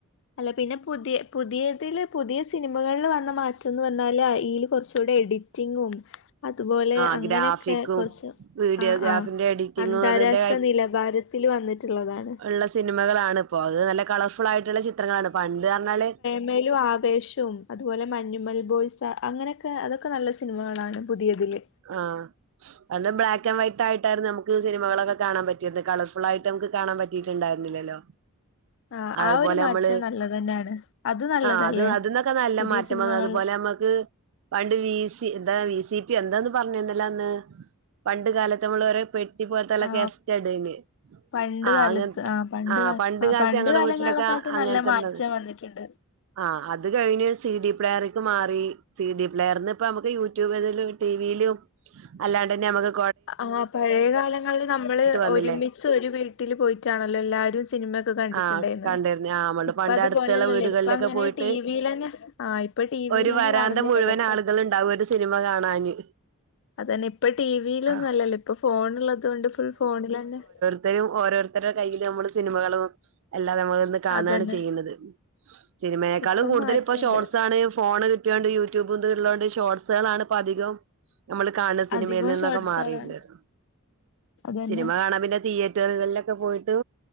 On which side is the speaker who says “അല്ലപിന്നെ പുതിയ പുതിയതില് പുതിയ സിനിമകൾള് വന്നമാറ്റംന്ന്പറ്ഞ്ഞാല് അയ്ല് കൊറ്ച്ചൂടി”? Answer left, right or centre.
Left